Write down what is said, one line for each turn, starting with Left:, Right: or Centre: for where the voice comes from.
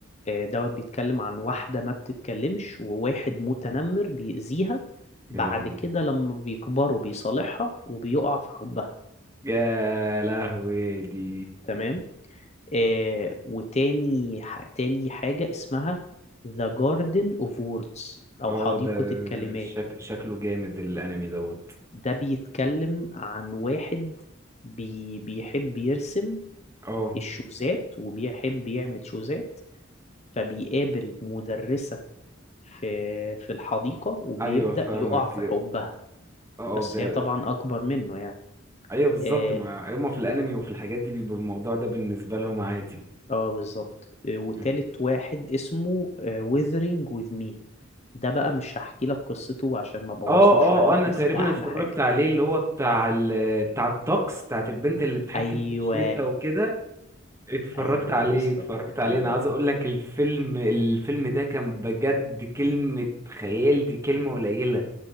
Left: آه، دوت بيتكلم عن واحده ما بتتكلمش وواحد
Right: مم.
Left: متنمر بيأذيها بعد
Right: يا لهوي
Left: كده لما بيكبروا بيصالحها وبيقع في حبها
Right: يا لهوي دي
Left: تمام آه وتاني ح- تاني حاجة اسمها The Garden of Words أو
Right: اه
Left: حديقة
Right: ده
Left: الكلمات
Right: شك... شكله جامد الانمي دوت
Left: ده بيتكلم عن واحد بي بيحب يرسم
Right: اه
Left: الشوزات وبيحب يعمل شوزات فبيقابل مدرسة في في الحديقة وبيبدأ
Right: ايوه فاهمك
Left: يقع في حبها
Right: اه
Left: بس
Right: ده
Left: هي طبعا أكبر منه يعني
Right: ايوه بالظبط
Left: اه
Right: ما هما في الانمي وفي الحاجات دي بيبقى الموضوع ده بالنسبه لهم عادي
Left: آه، بالظبط آه، وتالت
Right: م.
Left: واحد اسمه آه، Withering with Me ده بقى مش هحكي لك قصته عشان ما بوظوش
Right: اه
Left: عليك
Right: اه انا
Left: بس
Right: تقريبا
Left: ده احلى
Right: اتفرجت
Left: حاجة
Right: عليه اللي هو بتاع ال... بتاع الطقس بتاعت البنت اللي بتتحكم
Left: ايوه
Right: في الشتا وكده اتفرجت
Left: ايوه
Right: عليه
Left: بالظبط
Right: اتفرجت عليه
Left: كده
Right: انا عايز اقول لك الفيلم الفيلم ده كان بجد كلمه خيال دي كلمه قليله